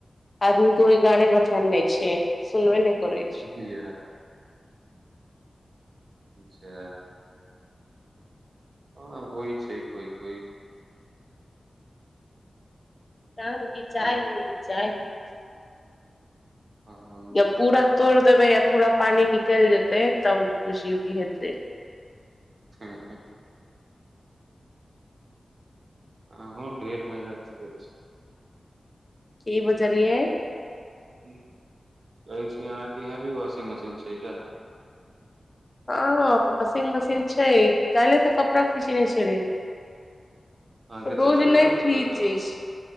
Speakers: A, on the left; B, on the right.
A: आदमी के ओहि गारे बथान ने छै सुनबे नहि करै छै
B: जी ह जा हँ होइ छै कोइ कोइ
A: तह घिचाय
B: आओर
A: हइ घिचाय है
B: अहाँ
A: या पूरा
B: अहाँ
A: तोड़ि देबै या पूरा पानी निकलि जेतै तब ओ कुछ हेतै
B: हँ हँ अँहा ढेर मजाक करै छिए
A: की बजलिय
B: कहै छी अहाँके यहाँ भी वाशिंग मशीन छै का
A: हँ वॉशिंग मशीन छै काल्हिऐ तऽ कपड़ा खिचने छली
B: अहाँके
A: रोज
B: चलाबे
A: नहि
B: आबै
A: फीचै
B: छी वॉशिंग मशीन
A: छी